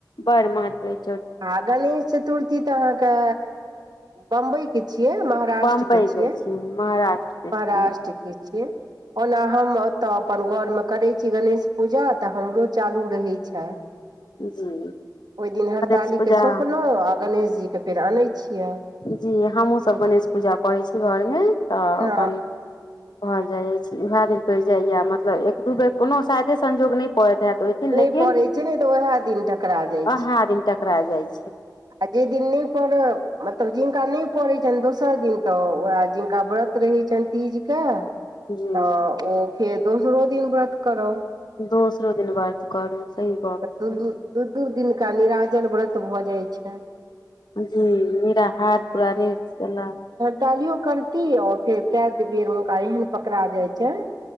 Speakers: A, on the left; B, on the right.
A: बड महत्व अइछ
B: हाँ गणेश चतुर्थी तऽ अहाँके बम्बईके छी छियै महाराष्ट्र
A: बम्बई
B: के छियै
A: छी महाराष्ट्र के छी
B: महाराष्ट्र के छियै ओना हम ओतय अपन घरमे करैत छी गणेश पूजा तऽ हमरो चालू रहै छै
A: जी
B: ओहि दिन हड़ताली
A: गणेश पूजा
B: के सौंपलहु आ गणेश जी के फेर आनै छियै
A: जी हमहूसब गणेश पूजा करै छी घरमे तऽ
B: हँ
A: अपन कहल जाइत अछि उएह दिन पड़ि जाइए मतलब एक दू बेर कोनो शायदे संजोग नहि पड़ैत हेयत ओन
B: नहि
A: लेकिन
B: पड़ै छै नहि तऽ उएह दिन टकरा जाइ
A: अहा
B: छै
A: दिन टकरा जाइ छै
B: आ जे दिन नहि पड़ मतलब जिनका नहि पड़ैत छन दोसर दिन तऽ ओए जिनका बरत व्रत रहै छन तीज के
A: जी
B: तऽ ओ फेर दोसरो दिन व्रत करत
A: दोसरो दिन व्रत करू सही गप
B: तऽ दू
A: छै
B: दू दू दू दिनका निराजल व्रत भऽ जाइ छै
A: जी निरा हार परानि केला
B: कालियो करती और फेर कए बेर हुनका एहन पकड़ा जाइ छन